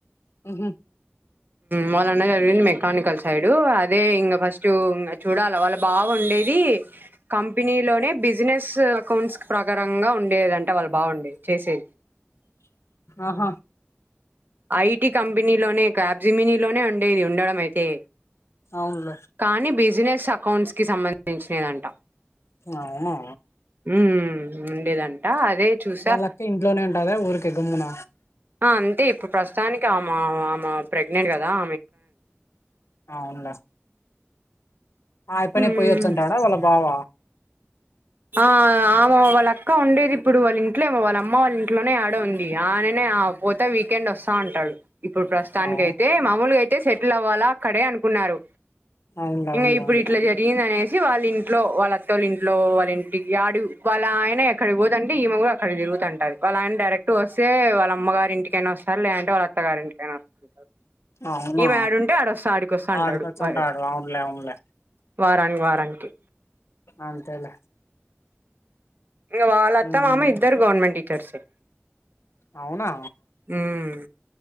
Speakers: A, on the left; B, on the right.
A: ఉహు
B: వాళ్ళన్న జరిగింది మెకానికల్ సైడ్ అదే ఇంకా ఫస్ట్ ఇ చూడాల వాళ్ళ బావుండేది కంపెనీలోనే బిజినెస్ అకౌంట్స్ ప్రకారం ఇంకా ఉండేది వాళ్ళబావుండేది చేసేది
A: ఆహా
B: ఐటి కంపెనీలోనే క్యాప్‌జెమిని లోనే ఉండేది ఉండడం అయితే
A: అవునులే
B: కానీ బిజినెస్ అకౌంట్స్కి సంబంధించినదంట
A: అవునా
B: మ్మ్ ఉండేదంట అదే చూసా
A: వాళ్ళక్క ఇంట్లోనే ఉంటద ఊరికె గమ్మున
B: ఆ అంటె ఇప్పుడు ప్రస్తుతానికి ఆ ఆమె ప్రెగ్నెంట్ కద <inaudible>
A: ఆ ఉంద ఆ యప్పనే
B: ఉమ్
A: పోయిచ్చంటాడా వాళ్ళ బావ
B: ఆ ఆమె వాళ్ళ అక్క ఉండేది ఇప్పుడు వాళ్ళ ఇంట్లో వాళ్ళ అమ్మ వాళ్ళ ఇంట్లోనే యాడో ఉంది ఆయాననే ఆ పోత వీకెన్డి వస్తుంటాడు ఇప్పుడు ప్రస్తుతానికి
A: అవును
B: అయితే మామూలుగా అయి అంటే సెటిల్ అవ్వాల అక్కడే అని ఉన్నారు
A: అవునులే
B: ఇంగ
A: అవునులే
B: ఇప్పుడు
A: అవునులే
B: ఇట్ల జరిగిందనేసి వాళ్ళ ఇంట్లో వాళ్ళత్తోలు ఇంట్లో వాళ్ళఇం ఇంటి యాడు వాళ్ళ ఆయన ఎక్కడికి పోతంటే ఈమ కూడా అక్కడ తిరుగుతంటది వాళ్ళ ఆయన డైరెక్ట్ వస్తే వాళ్ళ అమ్మగారి ఇంటికైనా వస్తారు లేదంటే వాళ్ళ అత్తగారి ఇంటికైనా వస్తాంటారు
A: అవునా
B: ఈమె ఆడుంటే ఆడొస్తా ఆడికోసంటాడు
A: ఆడికొచ్చంటాడు
B: అంటాడు
A: అవునులే అవునులే
B: వారు వారానికి వారానికి
A: అంతేలే
B: వాళ్ళత్తామామ
A: ఉమ్
B: ఇద్దరు గవర్నమెంట్ సర్ సే
A: అవునా
B: మ్మ్